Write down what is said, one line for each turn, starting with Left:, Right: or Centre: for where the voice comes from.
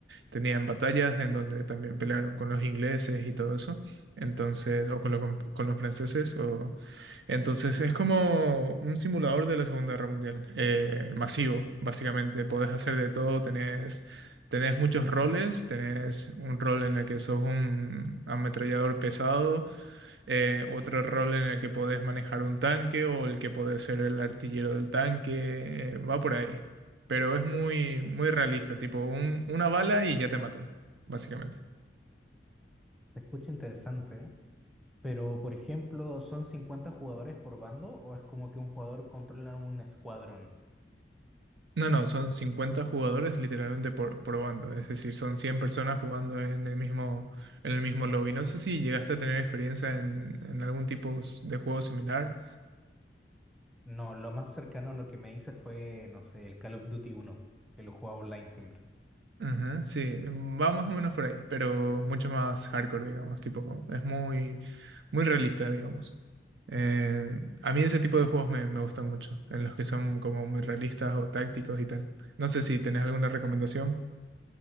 Right: tenían batallas en donde también pelearon con los ingleses y todo eso. Entonces, o con, lo- con con los franceses, o... Entonces es como un simulador de la Segunda Guerra Mundial, eh, masivo, básicamente. Podés hacer de todo, tenés, tenés muchos roles, tenés un rol en el que sos un ametrallador pesado, eh, otro rol en el que podés manejar un tanque o el que podés ser el artillero del tanque, eh, va por ahí. Pero es muy, muy realista, tipo un- una bala y ya te matan, básicamente.
Centre: Se escucha interesante, ¿eh? Pero, por ejemplo, ¿son 50 jugadores por bando o es como que un jugador controla un escuadrón?
Right: No, no, son 50 jugadores literalmente por, por bando, es decir, son 100 personas jugando en el mismo, en el mismo lobby. No sé si llegaste a tener experiencia en, en algún tipo de juego similar
Centre: No, lo más cercano a lo que me hice fue, no sé, el Call of Duty uno, que lo jugaba online siempre.
Right: Ajá, sí, va más o menos por ahí, pero mucho más hardcore, digamos, tipo, es muy, muy realista, digamos. Eh, a mí ese tipo de juegos me, me gustan mucho, en los que son como muy realistas o tácticos y tal. No sé si tenés alguna recomendación.